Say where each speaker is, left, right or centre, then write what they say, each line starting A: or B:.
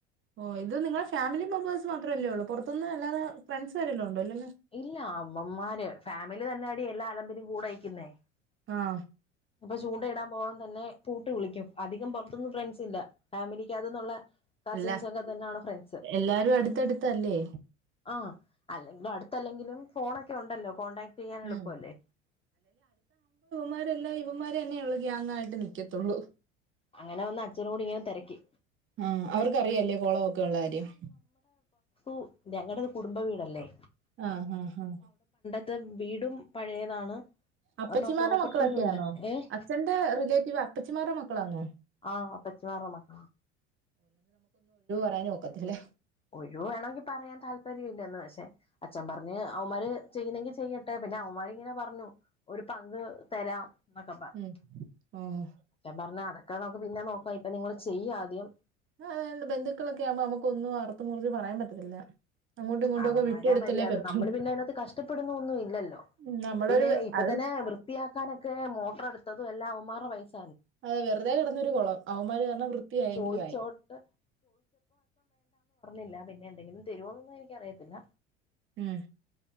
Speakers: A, on the right (about 35°); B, on the left (about 15°).
A: ഓ ഇത് നിങ്ങള ഫാമിലി മെമ്പേഴ്സ് മാത്രമല്ലേ ഉള്ളൂ പുറത്തുന്ന്ല്ലാെ ഫ്രണ്ട്സ് വരെല്ലാം ഉണ്ടോ അ
B: ഇല്ല അമ്മമാര് ഫാമിലി തന്നെ അടി എല്ലാ ആലമ്പി കൂടയിക്കുന്നെ
A: ആ
B: ഇപ്പൊ ചൂണ്ടയിടാൻ പോവാൻ തന്നെ പൂട്ട് കുളിക്കും അധികം പുറത്തൊന്നും ഫ്രണ്ട്സ് ഇല്ല ഫാമിലിക്ക് അതന്നുള്ള കസിൻസ്
A: എല്ലാ
B: ഒക്കെ തന്നെയണ ഫ്രണ്ട്സ്
A: എല്ലാരും അടുത്തടുത്തല്ലേ
B: ആ അല്ലെങ്കിലും അടു എങ്കിലും ഫോണൊക്കെ ഉണ്ടല്ലോ കോടാക്ട് ചെയ്യാൻ എളുപ്പല്ലേ
A: ഉം മാരെല്ലാം ഇവന്മാര്ന്നെയ ഉള്ള ഗ്യാങ്ങായിട്ട് നൽിക്കത്തുള്ളൂ
B: അങ്ങനെ വന്ന് അച്ഛനോട് ഇങ്ങനെ തിരക്കി
A: ആ അവർക്കറിയല്ലേ കുളമൊക്കെ ഉള്ള കാര്യം
B: ഇ ഞങ്ങളുടെത് കുടുംബ വീടല്ലേ
A: ആഹ് ഹഹ് ഹഹ്
B: ഇത്തെ വീടും പഴയതാണ്
A: അപ്പച്ചിമാരുടെ
B: അപ്പൊ പ്രോപ്പർട്ടിയിലുണ്ട്
A: മക്കളൊക്കെയാണോ
B: ഏഹ്
A: അച്ഛന്റെ റിലേറ്റീവ് അപ്പച്ചിമാരുടെ മക്കൾ മക്കളണോ
B: ആഹ പച്ചിമാറ മക്ക
A: <unintelligible> നോക്കത്തില്ലേ
B: ഒഴിവ വേണമെങ്കി പറയാൻ താല്പര്യം ഇല്ലന്ന് പക്ഷെ അച്ഛൻ പറഞ്ഞ് അവന്മാര് ചെയ്യുന്നെങ്കി ചെയ്യട്ടെ പിന്നെ അവന്മാരിങ്ങനെ പറഞ്ഞു ഒരു പങ്ക് തരാം എന്നൊക്കെ പറഞ്ഞു
A: ഉം ഓഹ്
B: അച്ചൻ പറഞ്ഞ അത കാരണം നക്കക്ക് പിന്നെ നോക്കാം ഇപ്പൊ നിങ്ങള്ൾ ചെയ്യ ആദ്യം
A: ആ ബന്ധുക്കളൊക്കെ ആുമ്പ നമു ഒന്നും അറ ഒും കുറിച്ച് പറയാൻ പറ്റത്തില്ല അങ്ങോട്ടും ഇങ്ങോട്ടും
B: അവന്മാരാ
A: ഒക്കെ വിട്ടുകൊടുത്തല്ലേ
B: മര്യാദ
A: പറ്റൂ
B: നമ്മള് പിന്നെ അതിനകത്ത് കഷ്ടപ്പെടുന്ന ഒന്നും ഇല്ലല്ലോ
A: ഉം നമ്മളൊരു
B: പിന്നെ ഇപ്പ
A: അതും
B: തന്നെ വൃത്തിയാക്കാനൊക്കെ മോട്ടർ എടുത്തതും എല്ലാം അവന്മാർ പായി <unintelligible>
A: അതെ വെറുതെ കിടന്നൊരു കുളം അവമാര് കാരണം വൃത്തി ആയെങ്കിലും
B: ചോയിച്ചോട്ട്
A: ആയി
B: ില്ല പിന്നെ എന്തെങ്കിലും തരുമോ എക്ക് അറിയത്തില്ല
A: ഉം